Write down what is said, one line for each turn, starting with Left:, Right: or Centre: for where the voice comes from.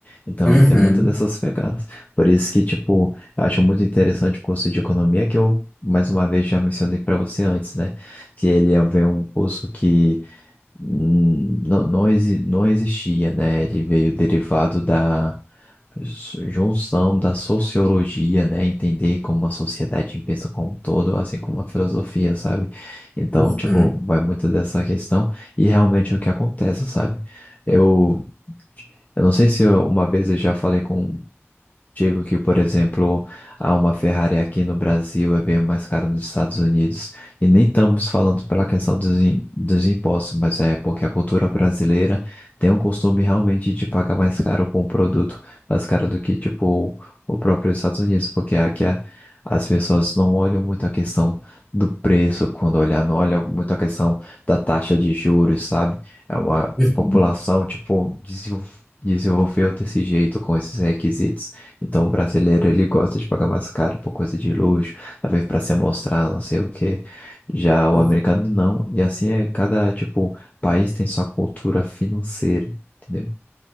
Left: Então
Centre: Uhum,
Left: tem muitas dessas pegadas. Por isso que, tipo, eu acho muito interessante o curso de economia que eu, mais uma vez, já mencionei para você antes, né? Que ele é um curso que hum, não, não, exi- não existia, né? Ele veio derivado da s- junção da sociologia, né? Entender como a sociedade pensa como um todo, assim como a filosofia, sabe? Então,
Centre: uhum,
Left: tipo, vai muito dessa questão e realmente é o que acontece, sabe? Eu, eu não sei se eu- uma vez eu já falei com Digo que, por exemplo, há uma Ferrari aqui no Brasil é bem mais cara nos Estados Unidos. E nem estamos falando pela questão dos, im- dos impostos, mas é porque a cultura brasileira tem um costume realmente de pagar mais caro por um produto, mais caro do que, tipo, o próprio Estados Unidos, porque aqui a- as pessoas não olham muito a questão do preço quando olhar, não olham muito a questão da taxa de juros, sabe? É uma
Centre: uhum,
Left: população, tipo, desenvol- desenvolveu desse jeito com esses requisitos. Então, o brasileiro, ele gosta de pagar mais caro por coisa de luxo, talvez para se mostrar, não sei o quê. Já o
Centre: uhum.
Left: americano não. E assim é, cada, tipo, país tem sua cultura financeira, entendeu?